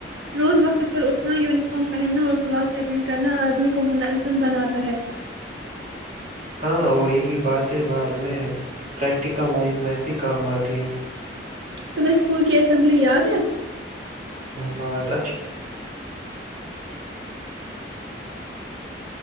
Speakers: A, on the right (about 90°); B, on the right (about 45°).
A: روز وقت پر اٹھنا یونیفارم پہننا اور کلاس اٹینڈ کرنا آدمی کو منظم بناتا ہے
B: ہاں اور یہی باتیں بات میں پریکٹیکل لائف میں بھی کام آتی ہے
A: تمہے اسکول کی اسمبلی یاد ہے
B: نصیحت